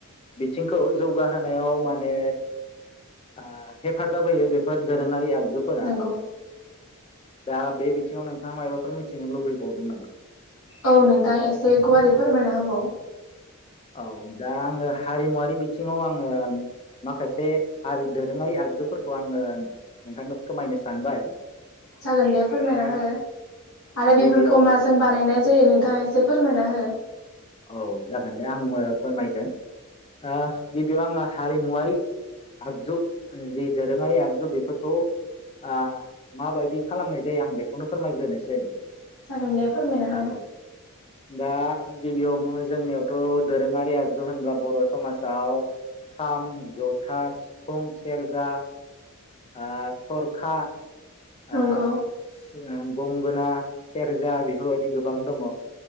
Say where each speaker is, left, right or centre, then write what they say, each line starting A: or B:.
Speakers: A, on the left (about 25°); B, on the left (about 75°).
A: बिथिंखौ जौगाहोनायाव माने ओ हेफाजाब होयो बेफोर दोरोङारि आग जुफोरा
B: नंगौ
A: दा बे बिथिङाव नोंथाङा मायबाफोर मिथि नो लुबैबावदों नामा?
B: औ नोंथां एसे गुवारै फोरमायना होबाव
A: औ दा आङो हारिमुवारारि बिथिङाव आङो माखासे हारि दोरोङारि आगजुफोरखौ आङो नोंथांनो फोरमायनो सानबाय
B: जागोन दे फोरमायना
A: दा
B: हो आरो
A: गिबियाव
B: बेफोरखौ माजों बानायनाय जायो नोंथाङा एसे फोरमायना हो
A: औ जागोन दे आंबो फोरमायगोन ओ गिबियाव आङो हारिमुवारि आगजु जे दोरोङारि आग जे बेफोरखौ आ माबायदि खालामनाय जायो आं बेखौनो फोरमायग्रोनोसै
B: जागोन दे फोरमायना
A: औ
B: हो
A: दा गिबियावनो जोंनियावथ' दोरोङारि आगजु होनब्ला बर' समाजाव खाम जथा सिफुं सेरजा आ थरखा
B: नंगौ
A: ओ गंगोना सेरजा बेफोरबायदि गोबां दङ।